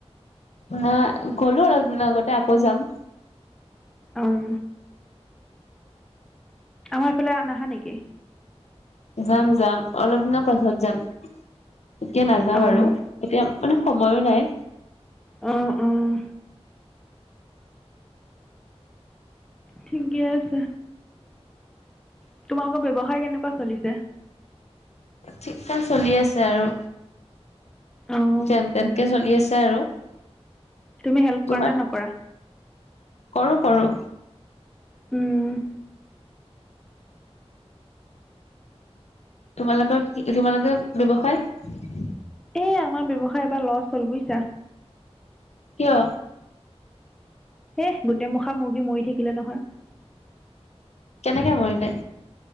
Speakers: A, on the left (about 80°); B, in the centre.
A: ন গ'লো অলপ দিনৰ আগতে আকৌ যাম।
B: উম। আমাৰ ইফালে আ নাহা নেকি?
A: যাম, যাম, অলপ দিনৰ পাছত যাম এতিয়া নাযাও
B: অঁ
A: আৰু এতিয়া। মানে সময়ো নাই।
B: উম, উম। ঠিকে আছে। তোমালোকৰ ব্যৱসায় কেনেকুৱা চলিছে।
A: ঠিক থাক চলি আছে আৰু
B: অঁ
A: যেন তেনেকে চলি আছে। <unintelligible>
B: তুমি হেল্প
A: তোমাৰ
B: কৰা নে নকৰা।
A: কৰো, কৰো।
B: উম।
A: তোমালোকৰ কি তোমালোকৰ ব্যৱসায়।
B: এই আমাৰ ব্যৱসায় এবাৰ লছ হ'ল বুজিছা।
A: কিয়?
B: হেই গোটেই মুখা মুৰ্গী মৰি থাকিলে নহয়।
A: কেনেকে মৰিলে।